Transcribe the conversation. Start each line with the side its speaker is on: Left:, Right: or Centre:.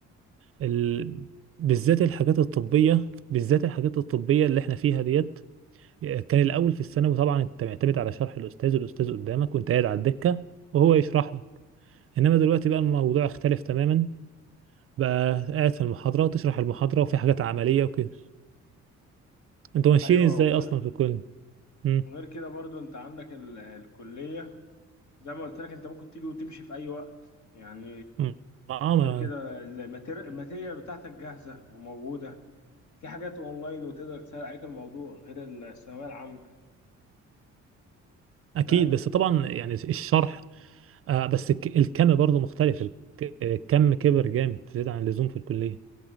Right: ال... بالذات الحاجات الطبيه بالذات الحاجات الطبيه اللي احنا فيها ديت كان الاول في الثانوي طبعا انت معتمد على شرح الاستاذ الاستاذ قدامك وانت قاعد على الدكه وهو يشرح لك انما دلوقتي بقى الموضوع اختلف تماما بقى قاعد في المحاضره تشرح المحاضره وفي حاجات عمليه وكده انتوا ماشيين
Left: أيوه
Right: ازاي
Left: وغير
Right: اصلا في الكل مم.
Left: وغير كده برضو أنت عندك ال- الكلية زي ما قلت لك أنت ممكن تيجي وتمشي في أي وقت يعني
Right: مم. اه
Left: غير
Right: ما-
Left: كده الماتير- الماتيريال بتاعتك جاهزة وموجودة في حاجات أونلاين وتقدر تسهل عليك الموضوع غير الثانوية العامة
Right: اكيد
Left: فاهم؟
Right: بس طبعا يعني الشرح آه بس الك- الكم برضه مختلف الك- الكم كبر جامد زيادة عن اللزوم في الكليه